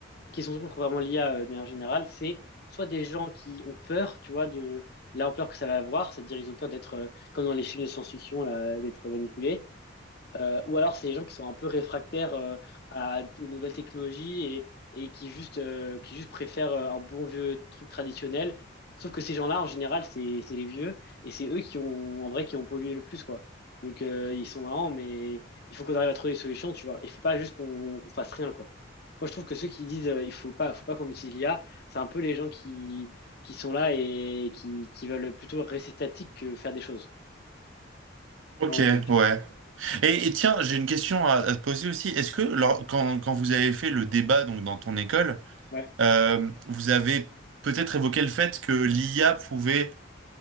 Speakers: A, on the left; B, on the right.
A: qui sont contre vraiment l'IA euh, de manière générale, c'est soit des gens qui ont peur, tu vois, de l'ampleur que ça va avoir, c'est-à-dire ils ont peur d'être, euh, comme dans les films de science-fiction, là, d'être manipulés. Euh, ou alors, c'est les gens qui sont un peu réfractaires euh, à, aux nouvelles technologies et, et qui juste, euh, qui juste préfèrent euh, un bon vieux truc traditionnel. Sauf que ces gens-là, en général, c'est, c'est les vieux et c'est eux qui ont, en vrai, qui ont pollué le plus, quoi. Donc, euh, ils sont marrants, mais il faut qu'on arrive à trouver des solutions, tu vois. Il faut pas juste qu'on qu'on fasse rien, quoi. Moi, je trouve que ceux qui disent euh, il faut pas, faut pas qu'on utilise l'IA, c'est un peu les gens qui, qui sont là et qui, qui veulent plutôt rester statiques que faire des choses,
B: ok,
A: de mon point de vue.
B: ouais. Et, et tiens, j'ai une question à, à te poser aussi. Est-ce que lors- quand, quand vous avez fait le débat donc dans ton école,
A: Ouais.
B: euh, vous avez peut-être évoqué le fait que l'IA pouvait